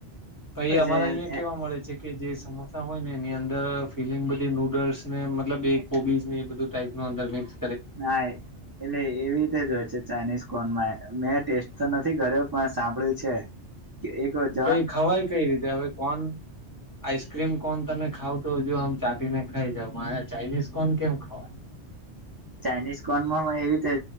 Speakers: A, on the left; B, on the right.
A: પઈ
B: બસ
A: એ અમારે અહિયાં
B: ના
A: કેવા મળે છે. કે જે સમોસા હોય ને એની અંદર ફિલિંગ બધી નૂડલ્સ ને મતલબ એ કોબીઝ ને એ બધું ટાઈપ નો અંદર જઈશ
B: હા એ એટલે એવી રીતે જો હોય છે ચાઇનીઝ કોનમાં મેં ટેસ્ટ તો નથી કર્યો પણ સાંભળ્યું છે. કે એકજ
A: પાઈ ખવાય કઈ રીતે હવે કોન આઈસ્ક્રીમ કોન તમે ખાવ તો જો આમ ચાટીને ખાઈ જાવ ચાઇનીઝ કોન કેમ ખાવ?
B: ચાઇનીઝ કોનમાં માં એવી રીતે